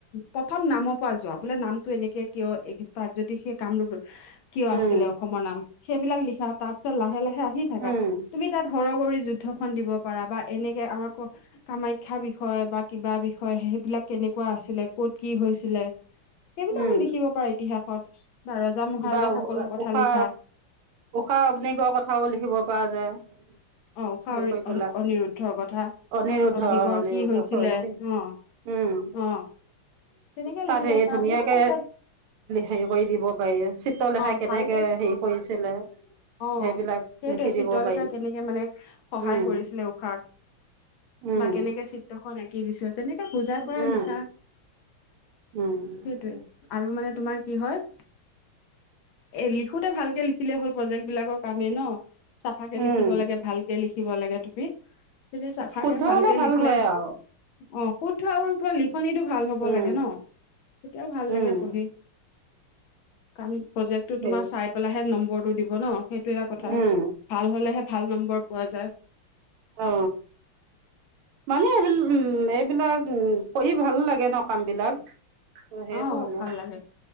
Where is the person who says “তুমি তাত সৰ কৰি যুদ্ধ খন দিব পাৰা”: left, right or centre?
Left